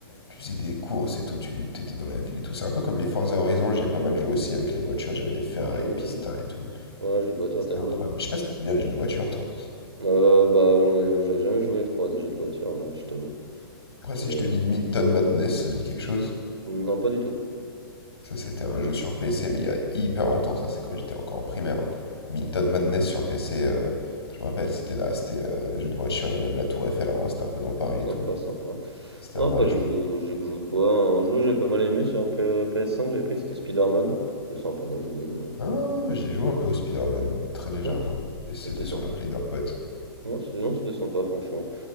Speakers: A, on the left (about 75°); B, on the right (about 80°).
A: tu faisais des courses et tout, tu t'étais dans la ville et tout. C'est un peu comme les Forza Horizon, j'ai pas mal joué aussi avec les voitures. J'avais des Ferrari
B: OK, ouais,
A: Pista
B: t'aimes bien.
A: et tout.
B: Ouais, jeux de voiture,
A: C'était
B: t'aimes
A: incroyable.
B: bien.
A: Je sais pas si t'aimes bien les jeux de voiture, toi.
B: Euh, bah j'en ai j'ai jamais joué trop à des jeux de voiture, hein, je t'avoue.
A: Après, si
B: Mais
A: je te
B: euh,
A: dis Minton Madness, ça te dit quelque chose?
B: non, pas du tout.
A: Ça, c'était un jeu sur PC, mais il y a hyper longtemps. Ça, c'est quand j'étais encore en primaire. Minton Madness sur PC, euh, je me rappelle, c'était là, c'était euh, jeu de voiture. Il y a même la Tour Eiffel avant, c'était un peu dans Paris
B: Non, Sympa,
A: et tout.
B: sympa.
A: C'était
B: Non,
A: un vrai
B: après,
A: jeu.
B: je joue j'ai joué quoi? Un jeu, que j'ai pas mal aimé sur P- PS5, que j'ai pris, c'était Spider-Man. C'était sympa à jouer, mais.
A: Ah, j'ai joué un peu au Spider-Man, très légèrement.
B: Non,
A: Et c'était
B: c'était
A: sur
B: sympa.
A: la Play d'un pote.
B: Ouais, c'est- non, c'était sympa, franchement.